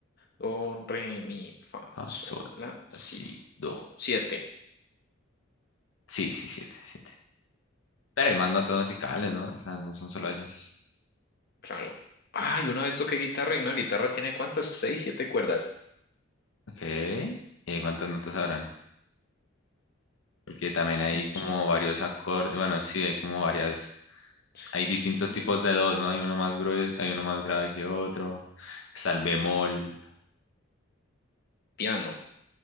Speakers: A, on the left; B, on the left.
A: do, re, mi, fa,
B: Ah,
A: sol,
B: sol,
A: la, si.
B: así, do.
A: Siete,
B: Sí, sí, siete, siete. Pero hay más notas musicales, ¿no? O sea, no son solo esas.
A: claro. Ay, una vez toqué guitarra y una guitarra tiene ¿cuántas? Seis, siete cuerdas.
B: Ok. ¿Y cuántas notas habrán? Porque también hay
A: No
B: como
A: sé.
B: varios acordes. Bueno, sí, hay como varias.
A: Sí.
B: Hay distintos tipos de dos, ¿no? Hay uno más grueso, hay uno más grave que otro. Está el bemol.
A: piano,